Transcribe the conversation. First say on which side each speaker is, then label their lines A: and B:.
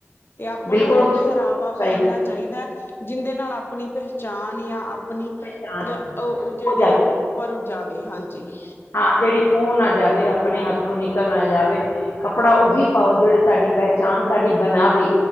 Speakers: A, on the left; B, on the left.
A: ਤੇ ਆਪਾਂ
B: ਬਿਲਕੁਲ
A: ਨੂੰ ਉਹ
B: ਉੱਥੋਂ
A: ਪਹਿਰਾਵਾ
B: ਸਹੀ
A: ਪਹਿਨਣਾ
B: ਗੱਲ ਹੈ
A: ਚਾਈਦਾ ਜਿੰਦੇ ਨਾਲ ਆਪਣੀ ਪਹਿਚਾਣ ਜਾਂ ਆ ਆਪਣੀ
B: ਪਹਿਚਾਣ
A: ਉਹ ਜਿਹੜੀ
B: ਹੋ ਜਾਂਦੀ
A: ਉੱਪਰ ਜਾਵੇ ਹਾਂਜੀ।
B: ਹਾਂ ਜਿਹੜੀ ਖੂਹ ਨਾ ਜਾਵੇ ਆਪਣੇ ਹੱਥੋਂ ਨਿਕਲ ਨਾ ਜਾਵੇ। ਕੱਪੜਾ ਉਹੀ ਪਾਓ, ਜਿਹੜੀ ਤੁਹਾਡੀ ਪਹਿਚਾਣ ਤੁਹਾਡੀ ਬਣਾਵੇ।